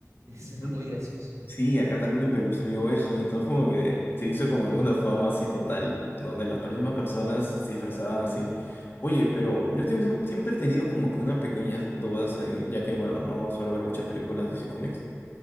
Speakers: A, on the right; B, on the left.
A: Eso
B: Ujú.
A: era muy gracioso.
B: Sí, acá también en Perú se vio eso, y entonces como que se hizo como una fama así total, donde las mismas personas se disfrazaban así. Oye, pero yo tengo, sie- siempre he tenido como que unas pequeñas dudas ahí, ya que, bueno, no suelo ver muchas películas de cómics